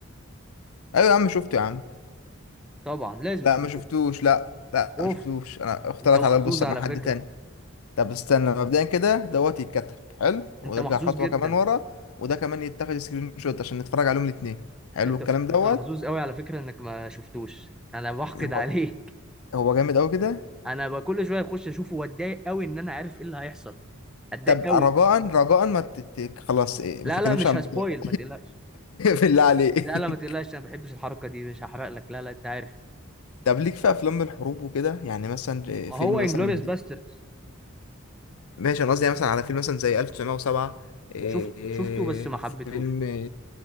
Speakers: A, on the left; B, in the centre.
A: ايوه يا عم شفته يا عم
B: طبعا لازم
A: لا
B: تكون
A: ما شفتوش
B: شفته
A: لا لا
B: اوف
A: ما شفتوش انا اختلط
B: انت محظوظ
A: على البوستر
B: على
A: مع حد
B: فكرة
A: تاني طب استنى مبدئيا كده دوت يتكتب حلو ونرجع
B: انت محظوظ
A: خطوه
B: جدا
A: كمان ورا وده كمان يتاخد سكرين شوت عشان نتفرج عليهم الاثنين حلو
B: انت
A: الكلام دوت
B: انت محظوظ قوي على فكرة انك ما شفتوش انا بحقد
A: هو
B: عليك
A: هو جامد قوي كده
B: انا بقى كل شوية اخش اشوفه واتضايق قوي ان انا عارف ايه اللي هيحصل اتضايق
A: طب
B: قوي
A: رجاء رجاء ما تت... خلاص إيه، ما
B: لا
A: تتكلمش
B: لا مش
A: عن
B: هسبويل
A: الموضوع ده
B: ما تقلقش
A: <laughs> بالله عليك
B: لا لا ما تقلقش انا ما بحبش الحركه دي مش هحرق لك لا لا انت عارف
A: طب ليك في افلام الحروب وكده يعني مثلا
B: ما
A: فيلم
B: هو انجلوريوس
A: مثلا
B: باستردز
A: ماشي انا قصدي يعني مثلا على فيلم مثلا زي 1907 إيه،
B: شفت
A: إيه،
B: شفته بس ما حبيتهوش
A: فيلم